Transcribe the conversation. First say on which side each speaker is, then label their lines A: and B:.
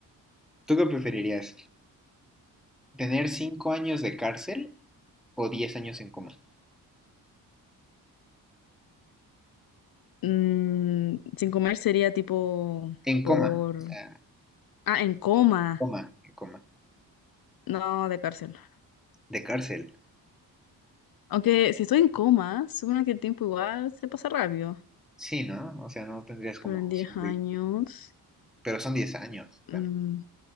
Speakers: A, in the centre; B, on the left (about 55°).
A: ¿Tú qué preferirías? ¿Tener cinco años de cárcel o diez años en coma?
B: Mm, sin comer sería tipo
A: En
B: por...
A: coma, o sea,
B: Ah, en coma.
A: coma, en coma,
B: No, de cárcel.
A: de cárcel.
B: Aunque si estoy en coma, supongo que el tiempo igual se pasa rápido.
A: Sí, ¿no? O sea, no tendrías como
B: Pero
A: opción
B: en 10 años,
A: de... Pero son diez años
B: mm,
A: también.